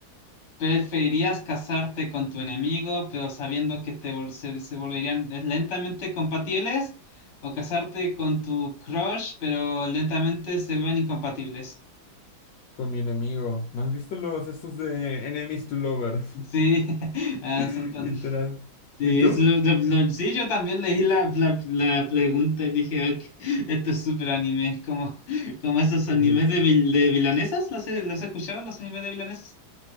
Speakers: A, on the left; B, on the left.
A: ¿Preferirías casarte con tu enemigo, pero sabiendo que te vol- se, se volverían lentamente compatibles? ¿O casarte con tu crush, pero lentamente se vuelven incompatibles?
B: Con mi enemigo. ¿No has visto los estos de Enemies to Lovers?
A: Sí, <laughs> ah,
B: <laughs>
A: son tan-
B: Literal.
A: sí,
B: ¿Y tú?
A: eso lo- lo- sí, yo también leí la, la, la pregunta y dije, "Ok, esto es súper anime, como, como esos animes
B: Sí, sí.
A: de, vil- de vilanesas, ¿los, he- los has escuchado, los animes de vilanesas?